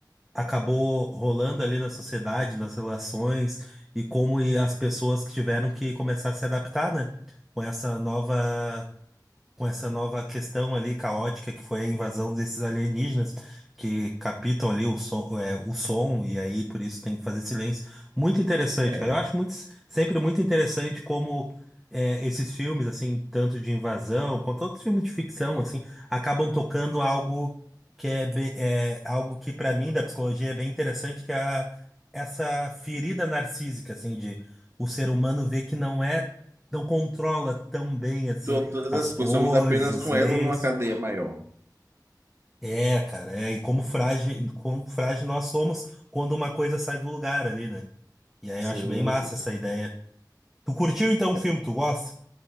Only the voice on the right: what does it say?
É,
to- todas
as
coisas somos apenas
um
elo numa cadeia maior.
Sim,
sim.
é,